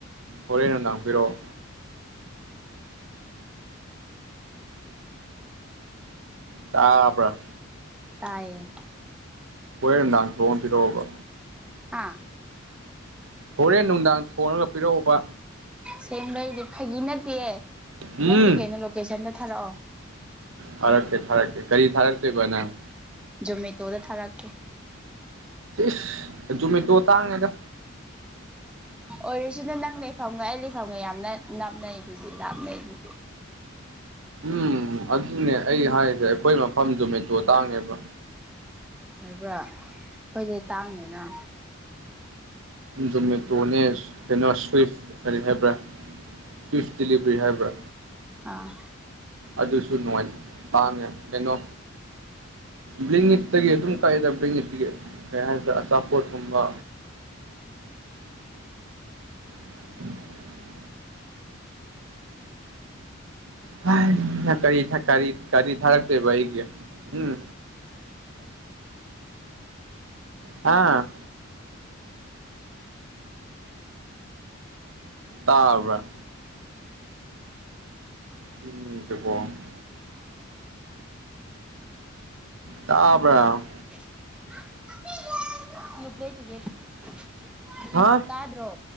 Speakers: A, on the right; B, in the centre.
A: ꯍꯣꯔꯦꯟ ꯅꯨꯡꯗꯥꯡ ꯄꯤꯔꯛꯑꯣ ꯇꯥꯕ꯭ꯔ
B: ꯇꯥꯏꯌꯦ
A: ꯍꯣꯔꯦꯟ ꯅꯨꯝꯗꯥꯡ ꯊꯣꯡꯉ ꯄꯤꯔꯛꯑꯣꯕ
B: ꯍꯥ
A: ꯍꯣꯔꯦꯟ ꯅꯨꯡꯗꯥꯡ ꯊꯣꯉꯒ ꯄꯤꯔꯛꯎꯕ
B: ꯁꯦꯡꯕꯩꯗꯤ ꯐꯒꯤ ꯅꯠꯇꯦꯌꯦ
A: ꯎꯝ
B: ꯅꯪꯒꯤ ꯀꯩꯅꯣ ꯂꯣꯀꯦꯁꯟꯗꯣ ꯊꯥꯔꯛꯑꯣ
A: ꯊꯣꯔꯛꯀꯦ ꯊꯥꯔꯛꯀꯦ ꯀꯔꯤ ꯊꯥꯔꯛꯇꯣꯏꯕ ꯅꯪ
B: ꯖꯣꯃꯦꯇꯣꯗ ꯊꯥꯔꯛꯀꯦ
A: ꯏꯁ ꯖꯨꯝꯃꯤꯇꯣ ꯇꯥꯡꯉꯦꯗ
B: ꯑꯣꯏꯔꯁꯨꯅ ꯅꯪ ꯂꯩꯐꯝꯒ ꯑꯩ ꯂꯩꯐꯝꯒ ꯌꯥꯝꯅ ꯅꯥꯞꯅꯩꯕꯨꯗꯤ ꯂꯥꯞꯅꯩꯕꯨꯗꯤ
A: ꯎꯝ ꯑꯗꯨꯅꯦ ꯑꯩ ꯍꯥꯏꯔꯤꯁꯦ ꯑꯩꯈꯣꯏ ꯃꯐꯝ ꯖꯣꯃꯦꯇꯣ ꯇꯥꯡꯉꯦꯕ
B: ꯍꯥꯏꯕ꯭ꯔꯥ ꯑꯩꯈꯣꯏꯗꯤ ꯇꯥꯡꯗꯦꯅ
A: ꯖꯣꯃꯦꯇꯣꯅꯦ ꯀꯩꯅꯣ ꯁ꯭ꯋꯤꯐ ꯀꯔꯤ ꯍꯥꯏꯕ꯭ꯔꯥ ꯁ꯭ꯋꯤꯐ ꯗꯤꯂꯤꯚꯔꯤ ꯍꯥꯏꯕ꯭ꯔꯥ
B: ꯑꯥ
A: ꯑꯗꯨꯁꯨ ꯅꯨꯡꯉꯥꯏ ꯇꯥꯡꯉꯦ ꯀꯩꯅꯣ ꯕ꯭ꯔꯤꯡꯒꯤꯠꯇꯒꯤ ꯑꯗꯨꯝ ꯀꯛꯑꯦꯗ ꯕ꯭ꯡꯒꯤꯠꯇꯒꯤ ꯀꯩ ꯍꯥꯏꯁꯤꯔ ꯑꯆꯥꯄꯣꯠꯀꯨꯝꯕ <unintelligible> <unintelligible> ꯀꯔꯤ ꯀꯔꯤ ꯀꯔꯤ ꯊꯥꯔꯛꯇꯣꯏꯕ ꯑꯩꯒꯤ ꯎꯝ ꯑꯥ ꯇꯥꯕ꯭ꯔꯥ <unintelligible> ꯇꯥꯕ꯭ꯔ
B: <unintelligible>
A: ꯍꯥ
B: ꯇꯥꯗ꯭ꯔꯣ